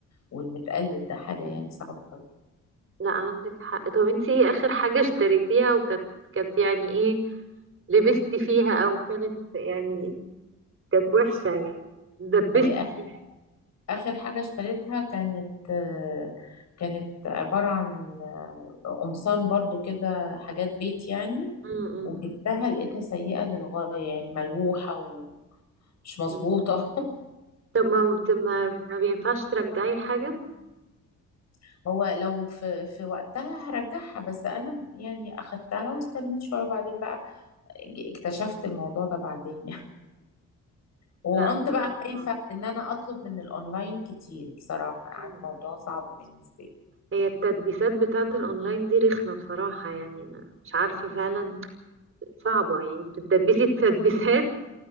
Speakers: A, on the left (about 60°); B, on the right (about 45°).
A: والمتقلد ده حاجة
B: م-
A: يعني صعبة أوي
B: لا عندك حق طب انت ايه اخر حاجة اشتريتيها وكانت كانت يعني ايه لبستي فيها او كانت يعني كانت وحشة يعني دبستي
A: آه،
B: فيها
A: آخر حاجة اشتريتها كانت آه، كانت عبارة عن آه، قمصان برضو كده حاجات بيت يعني
B: م- م-
A: وجبتها لقيتها سيئة للغاية يعني ملوحة ومش مظبوطة
B: م. طب ما بت- ما ما بينفعش ترجعي الحاجة
A: <laughs> هو لو في في وقتها هرجعها بس أنا يعني أخدتها واستنيت شوية وبعدين بقى اكتشفت الموضوع ده بعدين وكنت
B: لا
A: بقى
B: بصراحة
A: خايفة ان انا اطلب من الاونلاين كتير بصراحة قعد
B: مم.
A: موضوع صعب بالنسبة لي
B: هي التدبيسات بتاعة الأونلاين دي رخمة بصراحة يعني أنا مش عارفة فعلا صعبة يعني بتدبسي التدبيسات